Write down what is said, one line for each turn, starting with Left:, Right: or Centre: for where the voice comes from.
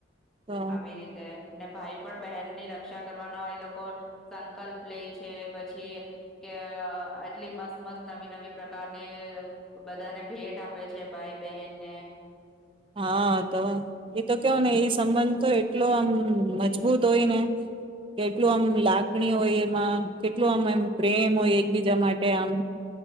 Right: તો
Centre: આવી રીતે ને ભાઈ પણ બહેનની ર રક્ષા કરવાનો એ લોકો સંકલ્પ લે છે, પછી કે એટલી મસ્ત મસ્ત નવી નવી પ્રકાર અને બધાને ભેટ આપે છૈ. ભાઈ બહેનને
Right: હા તો એતો કેવો ને એ સંબંધ તો એટલો આમ, મજબૂત હોય ને કે, કેટલું આમ લાગણી હોય, એમાં કેટલું આમ એમ પ્રેમ હોય એકબીજા માટે આમ